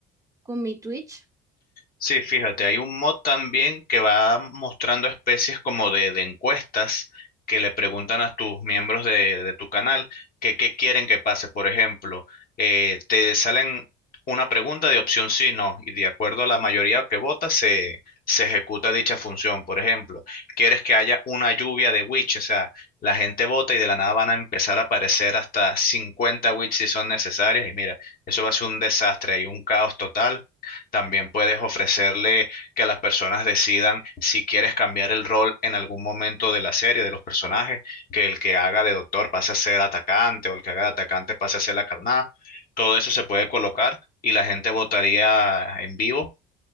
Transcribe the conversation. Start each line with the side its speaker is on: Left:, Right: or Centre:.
Right: con mi Twitch.
Left: Sí, fíjate, hay un mod también que va mostrando especies como de, de encuestas que le preguntan a tus miembros de, de tu canal que qué quieren que pase. Por ejemplo, eh, te salen una pregunta de opción sí, no, y de acuerdo a la mayoría que vota se, se ejecuta dicha función. Por ejemplo, quieres que haya una lluvia de witch, o sea, la gente vota y de la nada van a empezar a aparecer hasta 50 witch si son necesarias, y mira, eso va a ser un desastre, hay un caos total también puedes ofrecerle que las personas decidan si quieres cambiar el rol en algún momento de la serie, de los personajes, que el que haga de doctor pase a ser atacante o el que haga de atacante pase a ser la carnada. Todo eso se puede colocar y la gente votaría en vivo,